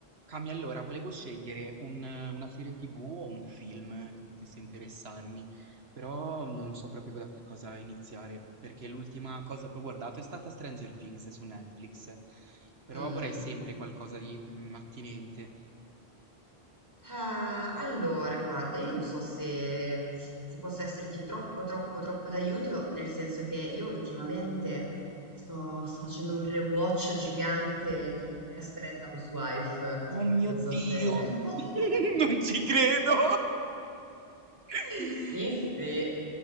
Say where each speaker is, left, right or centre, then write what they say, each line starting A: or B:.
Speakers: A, on the right; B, on the right.
A: Cami, allora, volevo scegliere un- una serie TV o un film che potesse interessarmi, però non so proprio da che cosa iniziare, perché l'ultima cosa che ho guardato è stata Stranger Things su Netflix, però
B: Mm.
A: vorrei sempre qualcosa di mm, attinente.
B: Eh, allora, guarda, io non so se, se posso esserti troppo, troppo, troppo d'aiuto, nel senso che io ultimamente sto, sto facendo un rewatch gigante di Desperate Housewife.
A: Oh mio
B: Non
A: Dio!
B: so se... <laughs>
A: <laughs> Non ci credo! <laughs>
B: Sì, sì.